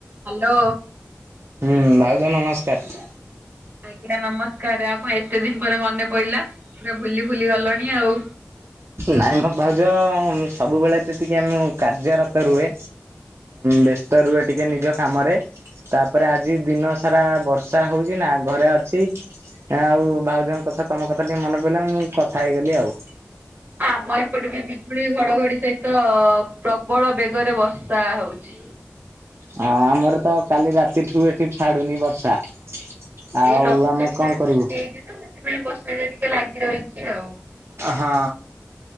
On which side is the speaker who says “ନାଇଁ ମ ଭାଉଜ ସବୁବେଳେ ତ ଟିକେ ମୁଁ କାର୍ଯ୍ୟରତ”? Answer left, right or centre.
Right